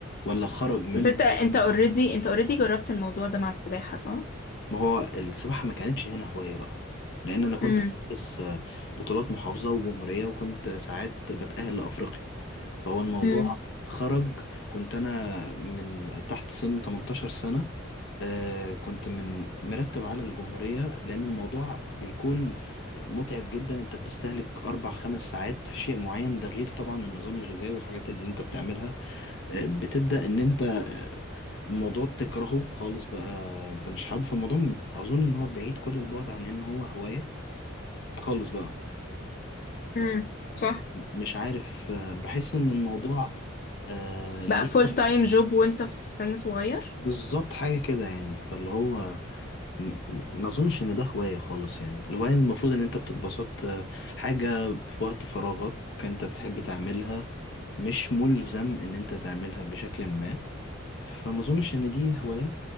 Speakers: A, on the left; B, on the left.
A: ولا خرج من
B: بس أنت أنت
A: ما
B: أوريدي
A: هو
B: أنت أوريدي جربت الموضوع ده مع السباحة صح؟
A: ما هو السباحه ما كانتش هنا هوايه بقى لان انا كنت
B: امم
A: بس بطولات محافظه وجمهوريه وكنت ساعات بتاهل لافريقيا فهو الموضوع
B: امم
A: خرج كنت انا من تحت سن 18 سنة آه، كنت من مرتب على الجمهورية لأن الموضوع بيكون متعب جدا أنت بتستهلك أربع خمس ساعات في شيء معين ده غير طبعا النظام الغذائي والحاجات اللي أنت بتعملها آه، بتبدأ إن أنت آه، الموضوع تكرهه خالص بقى أنت مش حابه في الموضوع أظن إن هو بعيد كل البعد عن إن هو هواية خالص بقى
B: امم صح
A: مش عارف آه، بحس إن الموضوع آه، ليه
B: بقى فول تايم جوب وانت في سن صغير
A: بالظبط حاجة كده يعني فاللي هو م- ما اظنش ان ده هواية خالص يعني الهواية المفروض ان انت بتتبسط آه، حاجة في وقت فراغك انت بتحب تعملها مش ملزم ان انت تعملها بشكل ما فما اظنش ان دي هواية